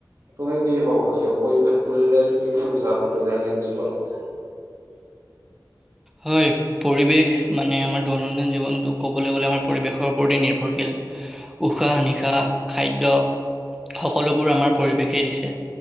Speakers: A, on the right (about 45°); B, in the centre.
A: তুমি কি কব খুজিবা পৰিৱেশ বুলিলে তুমি কি বুজা আমাৰ দৈনন্দিন জীৱনত
B: হয়, পৰিৱেশ মানে আমাৰ দৈনন্দিন জীৱনতোক ক'বলৈ গ'লে আমাৰ পৰিৱেশৰ ওপৰতে নিৰ্ভৰশীল। উশাহ নিশাহ খাদ্য, সকলোবোৰ আমাৰ পৰিৱেশেই দিছে।